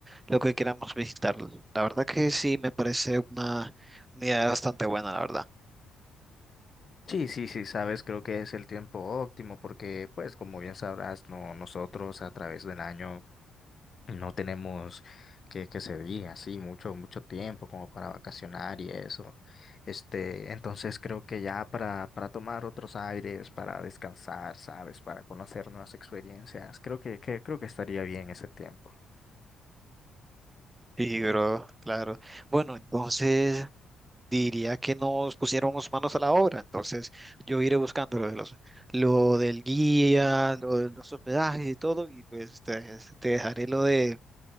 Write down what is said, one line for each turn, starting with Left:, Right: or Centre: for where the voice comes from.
Right: lo que queramos visitar. La verdad que sí, me parece una, una idea bastante buena, la verdad.
Left: Sí, sí, sí, sabes, creo que es el tiempo óptimo porque, pues, como bien sabrás, no, nosotros a través del año No tenemos que, que se diga así mucho, mucho tiempo como para vacacionar y eso. Este, entonces creo que ya para, para tomar otros aires, para descansar, ¿sabes? Para conocer nuevas experiencias, creo que, que, creo que estaría bien ese tiempo.
Right: Sí, bro, claro. Bueno, entonces diría que nos pusiéramos manos a la obra. Entonces, yo iré buscando lo de los, lo del guía, lo de los hospedajes y todo, y pues te, te dejaré lo de